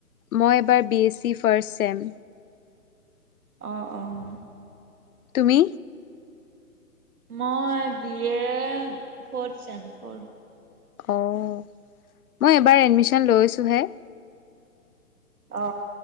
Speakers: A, on the left; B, on the right.
A: মই এবাৰ B S C first sem.
B: অঁ অঁ।
A: তুমি?
B: মই বি এ ফ্ৰথ চেম ফোৰ।
A: অ মই এবাৰ এডমিচন লৈছো হে।
B: অ,